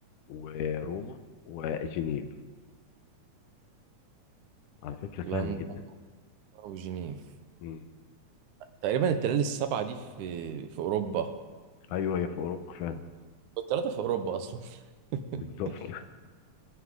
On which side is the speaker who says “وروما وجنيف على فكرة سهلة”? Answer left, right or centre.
Left